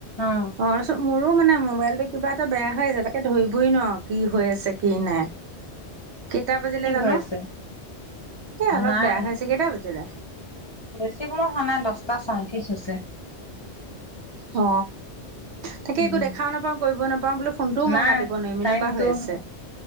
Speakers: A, on the left; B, on the right.
A: অ
B: অ চ মোৰো মানে মোবাইলটো কিবা এটা বেয়া হৈ আছে তাকে ধৰিবই নোৱাৰো কি হৈ আছে কি নাই কেইটা বাজিলে
A: কি
B: জানো,
A: হৈ আছে?
B: এ অলপ
A: নাই
B: বেয়া হৈছে কেইটা বাজিলে।
A: বেছি সময় হোৱা নাই দচটা চয়ত্ৰিছ হৈছে
B: অ তাকে
A: উম
B: একো দেখাও নাপাওঁ কৰিব নাপাওঁ বোলো ফোনটোও
A: নাই
B: মই কাটিব নোৱাৰিম
A: টাইমটো
B: এনেকুৱা হৈ আছে